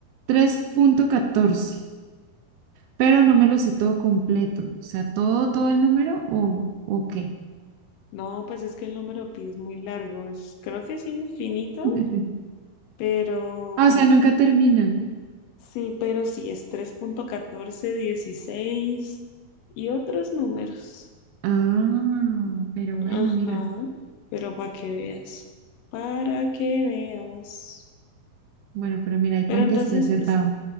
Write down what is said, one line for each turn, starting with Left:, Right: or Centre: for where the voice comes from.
Right: tres punto catorce, pero no me lo sé todo completo. O sea, todo, todo el número o, o qué.
Left: No, pues es que el número pi es muy largo, es, creo que es infinito,
Right: <laughs>
Left: pero
Right: Ah, o sea, nunca terminan.
Left: sí, pero sí, es tres punto catorce dieciséis y otros números.
Right: Ah, pero bueno,
Left: Ajá,
Right: mira.
Left: pero para que veas, para que veas.
Right: Bueno, pero mira, ahí
Left: Pero
Right: contesté
Left: entonces,
Right: acertado.
Left: es-